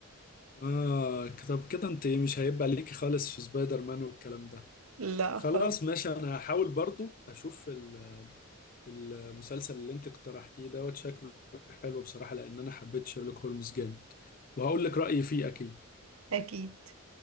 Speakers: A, on the left (about 40°); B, on the right (about 90°).
A: اه طب كده انت إيه، مش هيبقى ليكي خالص في سبايدر مان والكلام ده
B: لا
A: خلاص
B: خالص
A: ماشي انا هحاول برضو اشوف ال- المسلسل اللي انت اقترحتيه دوت شكله حلو بصراحة لان انا حبيت شيرلوك هولمز جامد وهقول لك رأيي فيه اكيد
B: اكيد